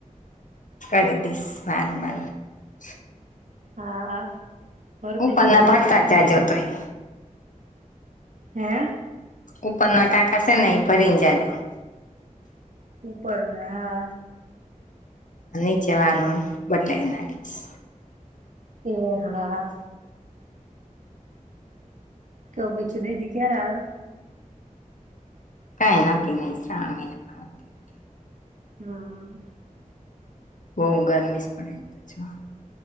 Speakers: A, on the left; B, on the right.
A: કરી દઈશ. <unintelligible>
B: હા, ભર
A: ઉપરના
B: દેજો તો,
A: ભરતા
B: બીજું હું.
A: જાજો તોય
B: હે.
A: ઉપરના ટાકા છે ને, એ ભરીને જાજો.
B: ઉપર ના હા
A: નીચે વાળાનું, બદલાવી નાખીશ.
B: <unintelligible> હા, હા. તો પછી દીદી ક્યારે આવે?
A: કઈ નક્કી નહી શ્રાવણ મહિના માં આવાનું
B: હમ્મ.
A: બઉ ગરમીશ પણ એમ તો જો.